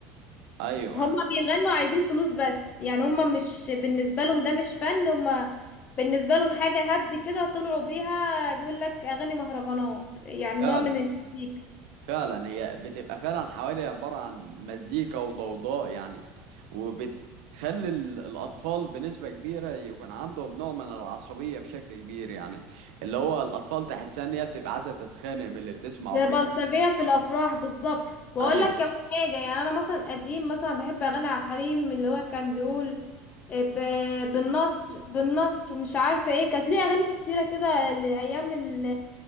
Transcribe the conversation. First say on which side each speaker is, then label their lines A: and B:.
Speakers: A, on the right; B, on the left.
A: ايوه
B: هما
A: يعني
B: بيغنوا عايزين فلوس بس يعني هما مش بالنسبة لهم ده مش فن هما بالنسبة لهم حاجة هبد كده طلعوا بيها بيقول لك أغاني مهرجانات يعني
A: فعلا
B: نوع من المزيكا
A: فعلا هي بتبقى فعلا حوالي عباره عن مزيكا وضوضاء يعني وبتخلي ال- الاطفال بنسبه كبيره يكون عندهم نوع من العصبيه بشكل كبير يعني اللي هو الاطفال تحسها ان هي بتبقى عايزه تتخانق من اللي بتسمعه
B: بلطجية
A: في ال...
B: في الأفراح بالظبط وأقول
A: ايوه
B: لك كمان حاجة يعني أنا مثلا قديم مثلا بحب أغاني عبد الحليم اللي هو كان بيقول آه، ب- بالنصر بالنصر مش عارفة ايه كانت ليه أغاني كتيرة كده لأيام ال